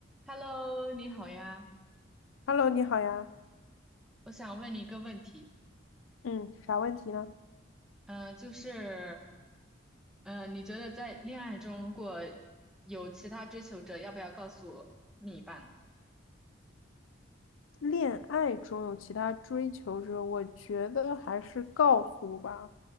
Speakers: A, in the centre; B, on the left (about 85°).
A: Hello，你好呀，
B: Hello，你好呀，
A: 我想问你一个问题，
B: 嗯，啥问题呢？
A: 嗯，就是，嗯，你觉得在恋爱中，如果有其他追求者，要不要告诉另一半？
B: 恋爱中有其他追求者，我觉得还是告诉吧，